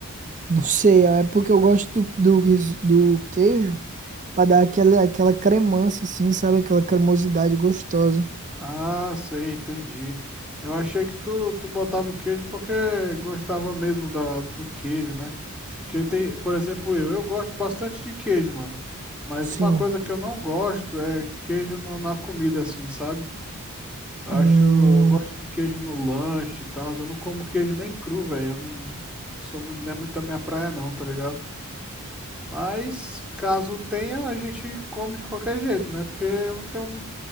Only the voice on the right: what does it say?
não sei. É porque eu gosto do, do, ris- do queijo pra dar aquela, aquela cremância, assim, sabe? Aquela cremosidade gostosa.
Sim.
Hum,